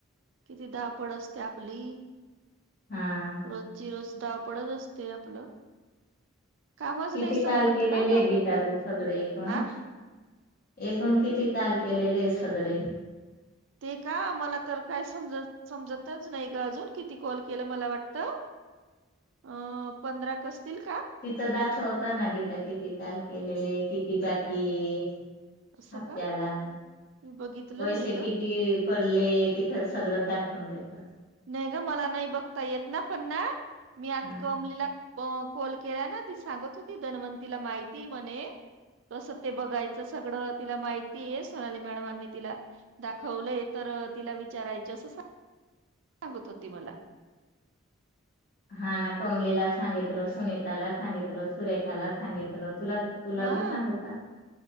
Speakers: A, on the right (about 65°); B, on the left (about 45°).
A: किती धावपळ असते आपली.
B: हा..
A: रोजची रोज धाव पडत असते. आपलं.. कामच
B: किती
A: नाही संपत
B: कॉल केलेले
A: ना
B: आहे.
A: ग आपलं
B: गीता तुझ्याकडे एकूण.
A: आ
B: एकूण किती काल केलेले आहे. सगळे?
A: ते का मला तर काय समजत समजतच नाही ग अजून किती कॉल केलं मला वाटतं अ पंधरा कसतील का
B: तिथं दाखवत ना किती काल केलेले किती बाकी ये
A: असं
B: हप्त्याला
A: का मी बघितलं
B: पैसे
A: नाही
B: किती
A: ग
B: पडले तिथं सगळंच दाखवून देत.
A: नाही ग मला नाही बघता येत ना पण ना मी आज
B: हा
A: कमलीला.. अ कॉल केला ना ती सांगत होती धनवंतीला माहिती म्हणे.... कसं ते बघायचं सगळं तिला माहिती आहे. सोनाली मॅडमांनी तिला... दाखवलंय तर तिला विचारायचे असं सांगत होती. मला.
B: हा ना कमलीला सांगितलं सुनीताला सांगितलं सुरेखाला सांगितलं तुला तुला
A: हा
B: बी सांगू का